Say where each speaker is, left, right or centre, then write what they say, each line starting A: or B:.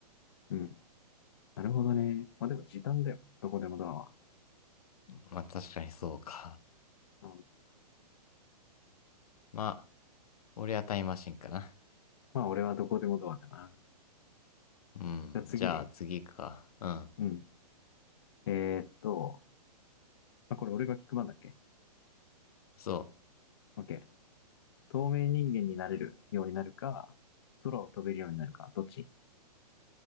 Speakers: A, on the left; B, on the left.
A: うん。なるほどね。まあでも時短だよ。どこでもドアは。
B: まあ確かにそうか。
A: うん、
B: まあ、俺はタイムマシンかな。
A: まあ俺はどこでもドアかな。
B: うん、
A: じゃあ次ね。
B: じゃあ次行くか。うん。
A: うん。えーっと、まあ、これ俺が聞く番だっけ
B: そ
A: ?OK。透明人間になれるようになるか、空を飛べるようになるか、どっち